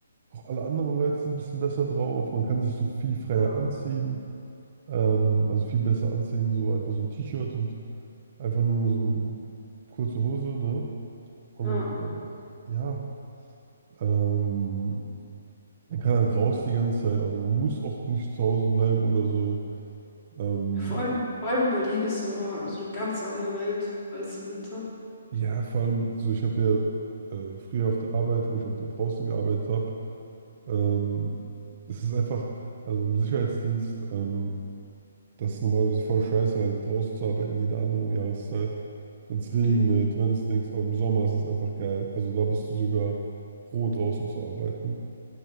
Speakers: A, on the right; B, on the left.
A: auch alle anderen Leute sind ein bisschen besser drauf. Man kann sich so viel freier
B: Ja.
A: anziehen, ähm, also viel besser anziehen, so einfach so ein T-Shirt und einfach nur so eine kurze Hose, ne? Und
B: Ja.
A: äh, ja, ähm, man kann halt raus die ganze Zeit, also man muss auch nicht zu Hause bleiben oder so. Ähm,
B: Ja, vor allem, vor allem in Berlin ist Sommer so eine ganz andere Welt als im Winter.
A: ja, vor allem, also ich habe ja äh, früher auf der Arbeit, wo ich auch da draußen gearbeitet habe, Ähm, es ist einfach, also im Sicherheitsdienst, ähm, das ist normalerweise voll scheiße, halt draußen zu arbeiten, jede andere Jahreszeit. Wenn es regnet,
B: Mhm.
A: wenn es Dings, aber im Sommer ist es einfach geil. Also da bist du sogar pro, draußen zu arbeiten.